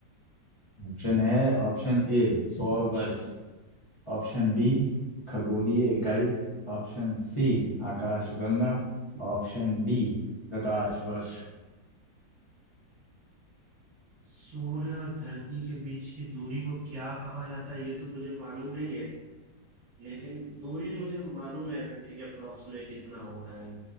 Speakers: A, on the left; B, on the right.
A: ऑप्शन है ऑप्शन ए सौर वर्ष ऑप्शन बी खगोलीय इकाई ऑप्शन सी आकाश गंगा ऑप्शन डी प्रकाश वर्ष
B: सूर्य और धरती के बीच की दूरी को क्या कहा जाता है ये तो मुझे मालूम नहीं है लेकिन दूरी मुझे मालूम है एक अप्रोक्स में कितना होता है